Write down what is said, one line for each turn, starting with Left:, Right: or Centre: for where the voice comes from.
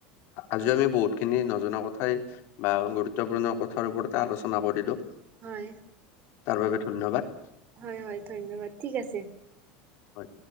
Left: আজিও
Right: হয়
Left: আমি বহুত খিনি নজনা কথাই বা গুৰুত্বপূৰ্ণ কথাৰ ওপৰতে আলোচনা কৰিলো।
Right: হয়।
Left: তাৰ বাবে ধন্যবাদ।
Right: হয় হয় ধন্যবাদ ঠিক আছে।
Left: হয়।